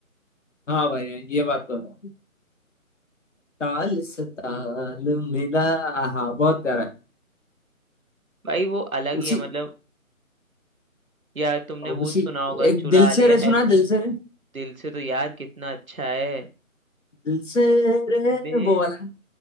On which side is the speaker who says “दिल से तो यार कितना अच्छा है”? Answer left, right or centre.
Right